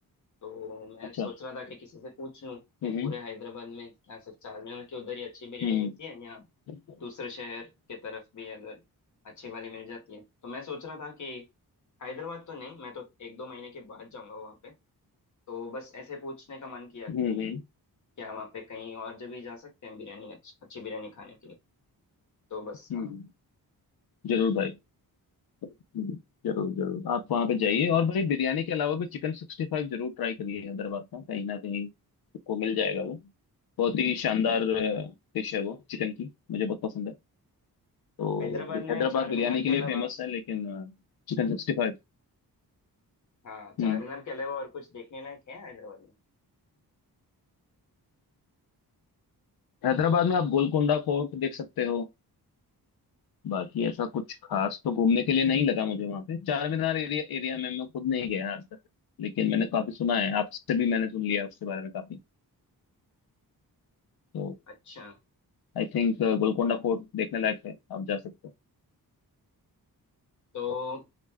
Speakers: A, on the left; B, on the left.
A: तो मैं
B: अच्छा
A: सोच रहा था कि किसी से पूछ लूँ कि
B: हम्म
A: पूरे हैदराबाद में क्या सिर्फ चार मीनार की उधर ही अच्छी बिरयानी
B: हम्म
A: मिलती है या
B: हम्म
A: दूसरे शहर के तरफ भी अगर अच्छी वाली मिल जाती है तो मैं सोच रहा था कि हैदराबाद तो नहीं मैं तो एक दो महीने के बाद जाऊंगा वहाँ पे तो बस ऐसे पूछने का मन किया
B: हम्म
A: कि
B: हम्म,
A: क्या वहाँ पे कहीं और जगह जा सकते हैं बिरयानी अच्छी अच्छी बिरयानी खाने के लिए तो बस
B: हम्म,
A: हाँ
B: जरूर भाई हम्म, जरूर जरूर आप वहां पे जाइए और भाई बिरयानी के अलावा भी चिकन सिक्सटी फाइव जरूर ट्राई करिए हैदराबाद का कहीं ना कहीं आपको मिल जाएगा वो बहुत ही शानदार डिश है वो चिकन की मुझे बहुत पसंद है तो
A: हैदराबाद
B: हैदराबाद
A: में चार
B: बिरयानी
A: मीनार
B: के
A: के
B: लिए
A: अलावा
B: फेमस है लेकिन चिकन सिक्सटी फाइव
A: हाँ चार
B: हम्म
A: मीनार के अलावा और कुछ देखने लायक है हैदराबाद में
B: हैदराबाद में आप गोलकोंडा फोर्ट देख सकते हो बाकी ऐसा कुछ खास तो घूमने के लिए नहीं लगा मुझे वहां पे चार मीनार एरिया एरिया में मैं खुद नहीं गया आज तक लेकिन मैंने काफी सुना है आपसे भी मैंने सुन लिया उसके बारे में काफी तो
A: अच्छा
B: आई थिंक गोलकोंडा फोर्ट देखने लायक है आप जा सकते हो
A: तो